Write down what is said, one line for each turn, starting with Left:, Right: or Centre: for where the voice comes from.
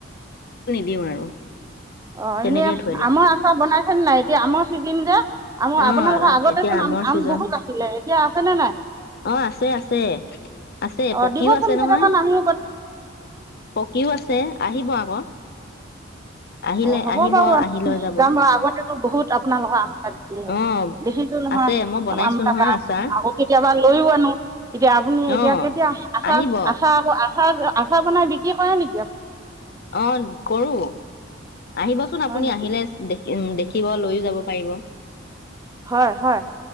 Left: দিম আৰু।
Right: অ
Left: তেনেকেই
Right: এনে
Left: থৈ দিম
Right: আমৰ আচাৰ বনাইছেনে নাই? এতিয়া আমৰ চিজন যে আম
Left: অ
Right: আপোনালোকৰ আগতেচোন
Left: এতিয়া আমৰ
Right: আম-আম
Left: ছিজন
Right: বহুত আছিলে। এতিয়া আছেনে নাই?
Left: অ আছে আছে আছে
Right: অ
Left: পকীও
Right: দিবচোন
Left: আছে নহয়
Right: কেইটামান আনি।
Left: পকীও আছে, আহিব আকৌ। আহিলে
Right: অ হ'ব
Left: আহিব
Right: বাৰু।
Left: আহি লৈ যাব
Right: যাম বাৰু আগতেটো বহুত আপোনালোকৰ আম লাগি
Left: অ
Right: দেখিছো নহয়
Left: আছে মই বনাইছো
Right: আম
Left: নহয়
Right: আকৌ
Left: আচাৰ
Right: কেতিয়াবা লৈও আনো এতিয়া আপুনি এতিয়া
Left: অ
Right: কেতিয়া আচা
Left: আহিব
Right: আচা আকৌ আচা আচাৰ বনাই বিক্ৰী কৰে নেকি
Left: অ কৰোঁ আহিবচোন
Right: হয়
Left: আপুনি
Right: নেকি
Left: আহিলে দেখে উম দেখিব লৈও যাব পাৰিব
Right: হয় হয়